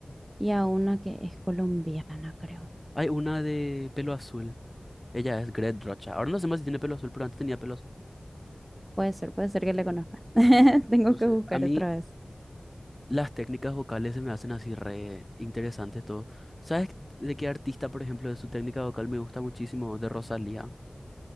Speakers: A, on the right; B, on the left.
A: y a una que es colombiana, creo.
B: Hay una de pelo azul. Ella es Gret Rocha. Ahora no sé más si tiene pelo azul, pero antes tenía pelo azul.
A: Puede ser, puede ser que le conozca. <laughs> Tengo
B: No
A: que
B: sé.
A: buscar
B: A mí
A: otra vez.
B: Las técnicas vocales se me hacen así re interesantes todo. ¿Sabes de qué artista, por ejemplo, de su técnica vocal me gusta muchísimo? De Rosalía.